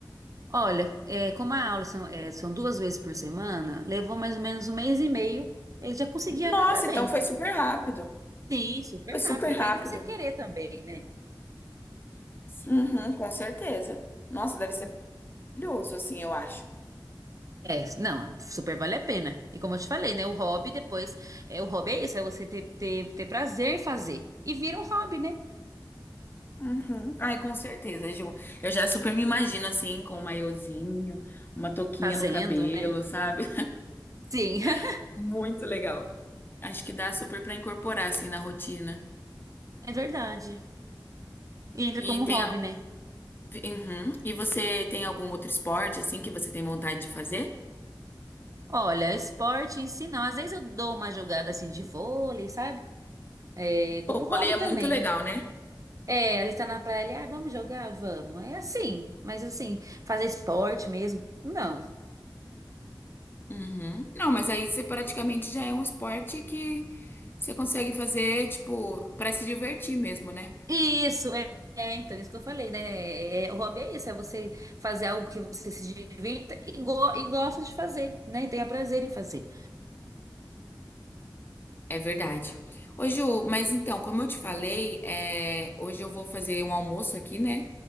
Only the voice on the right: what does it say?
Olha, é, como a aula são, é, são duas vezes por semana, levou mais ou menos um mês e meio, ele já conseguia
nadar bem.
Sim, super
rápido. Depende
de você querer também, né?
É, não, super vale a pena. E como eu te falei, né? O hobby depois, é, o hobby é isso, é você ter, ter, ter prazer em fazer. E vira um hobby, né?
Fazendo,
né?
Sim. <laughs>
É verdade. E entra
como
hobby,
né?
Olha, esporte em si não. Às vezes eu dou uma jogada assim de vôlei, sabe? É, como
hobby
também.
É, a gente tá na praia ali, ah, vamos jogar? Vamos. É assim, mas assim, fazer esporte mesmo? Não.
Isso, é, é, então, isso que eu falei, né? É, é, o hobby é isso, é você fazer algo que você se divirta e, go- e gosta de fazer, né? E tenha prazer em fazer.